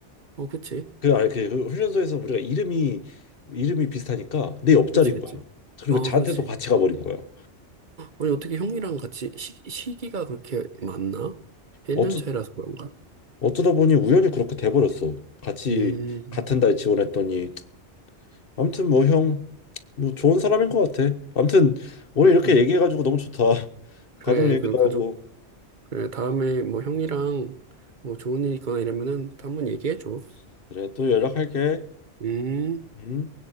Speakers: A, on the right; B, on the left.
A: 어, 그치.
B: 그, 아니, 그 훈련소에서 우리가 이름이 이름이 비슷하니까 내 옆자리인
A: 그치, 그치.
B: 거야. 그리고
A: 아,
B: 자대도
A: 그렇지.
B: 같이 가버린 거야.
A: 아니, 어떻게 형이랑 같이 시, 시기가 그렇게 많나? 1년
B: 어쩌
A: 차이라서 그런가?
B: 어쩌다 보니 우연히 그렇게 돼버렸어. 같이
A: 음,
B: 같은 달 지원했더니 아무튼 뭐 형, 뭐 좋은 사람인 것 같아. 아무튼 오늘 이렇게
A: 음.
B: 얘기해가지고 너무 좋다. <laughs>
A: 그래,
B: 가족 얘기도
A: 그 가족,
B: 하고.
A: 그래, 다음에 뭐 형이랑 뭐 좋은 일 있거나 이러면은 또 한번
B: 음.
A: 얘기해줘.
B: 그래, 또 연락할게.
A: 음.
B: 응?